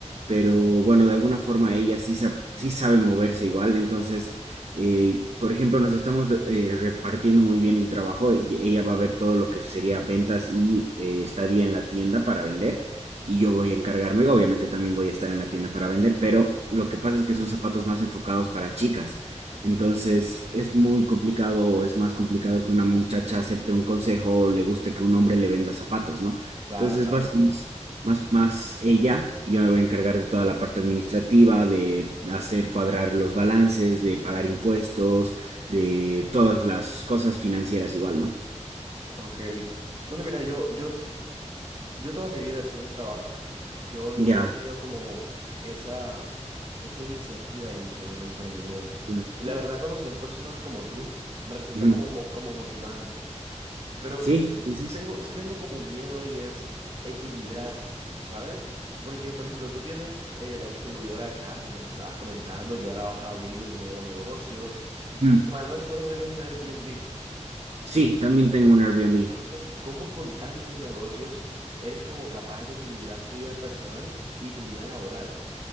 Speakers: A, on the right; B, on the right.
A: pero bueno, de alguna forma ella sí, sa- sí sabe moverse igual, entonces eh, por ejemplo, nos estamos eh, repartiendo muy bien el trabajo. e- Ella va a ver todo lo que sería ventas y eh, estadía en la tienda para vender. Y yo voy a encargarme, obviamente también voy a estar en la tienda para vender, pero lo que pasa es que son zapatos más enfocados para chicas. Entonces es muy complicado o es más complicado que una muchacha acepte un consejo o le guste que un hombre le venda zapatos, ¿no?
B: Claro,
A: Entonces
B: claro.
A: va a ser más, más ella, y yo me voy a encargar de toda la parte administrativa, de hacer cuadrar los balances, de pagar impuestos, de todas las cosas financieras igual, ¿no?
B: Ok. Bueno, mira, yo, yo, yo toda mi vida he sido un trabajador. Yo nunca
A: Ya.
B: he tenido como esa, esa iniciativa de iniciar un emprendimiento.
A: Mm,
B: Y la
A: mm,
B: verdad, conocer personas como tú me resulta
A: mm.
B: como, mo- como motivante. Pero
A: ¿Sí? ¿Tú dices?
B: sí tengo, sí tengo como un miedo y es equilibrar, ¿sabes? Porque, por ejemplo, tú tienes eh, la distribuidora de carne que me estabas comentando y ahora vas a abrir un nuevo negocio.
A: Mm.
B: Y si mal no recuerdo, tienes un Airbnb.
A: Sí, también tengo un Airbnb.
B: Entonces, ¿cómo con tantos negocios eres como capaz de equilibrar tu vida personal y tu vida laboral?